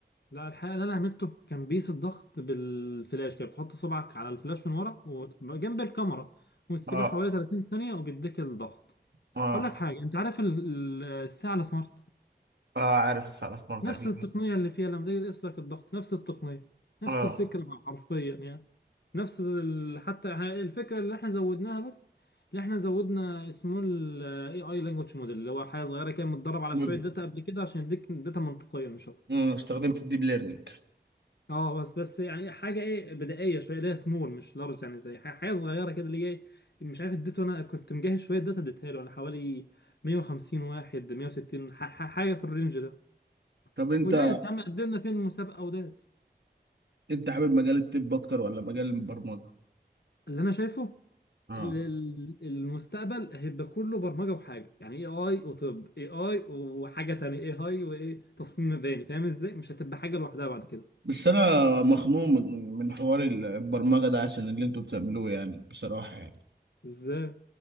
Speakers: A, on the left; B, on the right.
A: لا الحقيقة اللي أنا عملته كان بيس الضغط بالفلاش كده بتحط صبعك على الفلاش من ورا وجنب الكاميرا وتسيبها
B: اه
A: حوالي 30 ثانية وبيديك الضغط
B: اه
A: أقول لك حاجة أنت عارف ال- ال- الساعة السمارت
B: اه عارف السعر سمارت
A: نفس
B: أكيد
A: التقنية اللي فيها لما تيجي تقيس لك الضغط نفس التقنية نفس
B: اه
A: الفكرة حرفيا يعني نفس ال... حتى احنا الفكرة اللي احنا زودناها بس اللي احنا زودنا اسمه ال AI Language Model اللي هو حاجة صغيرة كده متدرب على
B: مدمج
A: شوية داتا قبل كده عشان يديك داتا منطقية مش أكتر
B: أمم، استخدمت الديب ليرنينج
A: اه بس بس يعني حاجه ايه بدائيه شويه اللي هي سمول مش لارج يعني زي ح- حاجه صغيره كده اللي هي إيه، مش عارف اديته انا كنت مجهز شويه داتا اديتها له انا حوالي 150 واحد 160 ح- ح- حاجه في الرينج ده
B: طب أنت
A: وداس يا عم قدمنا فين المسابقه وداس
B: أنت حابب مجال الطب أكتر ولا مجال البرمجة؟
A: اللي انا شايفه
B: اه
A: ال- ال- المستقبل هيبقى كله برمجه وحاجه يعني اي اي وطب اي اي وحاجه تانية اي اي وايه تصميم مباني فاهم ازاي مش هتبقى حاجه لوحدها بعد كده
B: بس أنا مخنوق من من حوار البرمجة ده عشان اللي أنتوا بتعملوه يعني بصراحة يعني.
A: ازاي